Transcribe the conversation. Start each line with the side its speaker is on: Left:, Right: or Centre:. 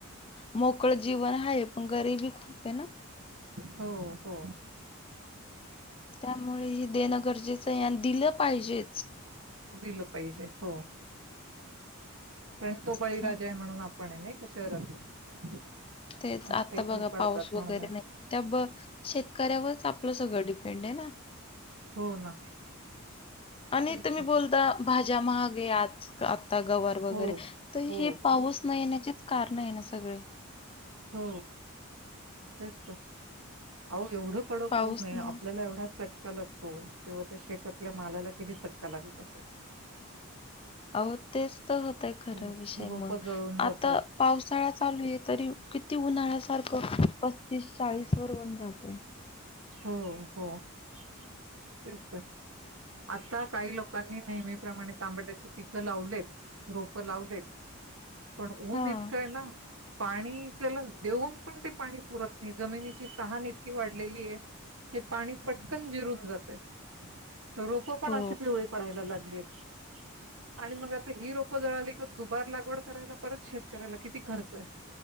Left: मोकळं जीवन हाय पण गरीबी खूप आहे ना
Right: हो हो
Left: त्यामुळे ही देणं गरजेचं आहे अन दिलं पाहिजेच
Right: दिलं पाहिजे हो कारण तो बळीराजा
Left: तर
Right: आहे म्हणून आपण आहे नाही का शहरातले
Left: तेच
Right: आज
Left: आता
Right: ते
Left: बघा
Right: जीव काढतात
Left: पाऊस
Right: म्हणून
Left: वगैरे
Right: आहे.
Left: नाही त्या शेतकऱ्यावरच आपलं सगळं डीपें पेंड आहे ना
Right: हो ना
Left: आणि
Right: तेच
Left: तुम्ही
Right: तर.
Left: बोलता भाज्या महागे आज काल गवार वगैरे
Right: हो,
Left: तर
Right: हो,
Left: हे पाऊस न येण्याचेच कारण आहे ना सगळे
Right: हो तेच तर केवढं कडक
Left: पाऊस
Right: ऊन आहे
Left: नाही
Right: आपल्याला एवढा चट का लागतो तेव्हा त्या शेतातल्या मालाला किती चटका लागत असेल
Left: अहो तेच तर होतोय खर
Right: हं.
Left: विषय
Right: रोपं
Left: मग
Right: जळून जातात.
Left: आता पावसाळा चालू आहे तरी किती उन्हाळा सारखं पस्तीस चाळीस वर ऊन जातंय
Right: हो हो तेच तर आता काही लोकांनी नेहमीप्रमाणे तांबड्याचे पिकं लावलेत रोप लावलेत पण ऊन
Left: हां.
Right: इतकंय ना पाणी त्याला देऊन पण ते पाणी पुरत नाही जमिनीची तहान इतकी वाढलेली आहे हे पाणी पटकन जिरून जातंय रोप पण
Left: हो.
Right: अशी पिवळी पडायला लागली <inaudible> आणि मग आता ही रोपं जळाली का दुबार लागवड करायला परत शेतकऱ्याला किती खर्च आहे